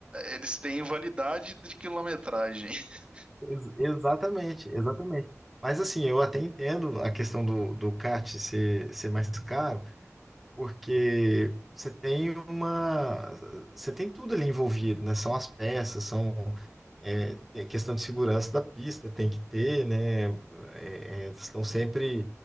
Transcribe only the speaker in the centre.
Ex- exatamente, exatamente. Mas assim, eu até entendo a questão do, do kart ser, ser mais caro. porque você tem uma, você tem tudo ali envolvido, né? São as peças, são é, tem a questão de segurança da pista, tem que ter, né? É, é, estão sempre,